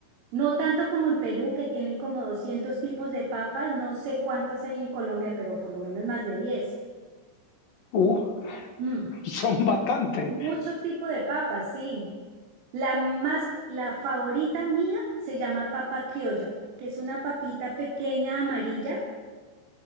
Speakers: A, on the right (about 75°); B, on the left (about 55°).
A: No tanto como en Perú, que tienen como 200 tipos de papas. No sé cuántos hay en Colombia, pero por lo menos más de diez
B: Uh,
A: Mm,
B: <laughs> son bastantes,
A: Mucho tipo de papas, sí. La más, la favorita mía se llama papa criolla, que es una papita pequeña amarilla,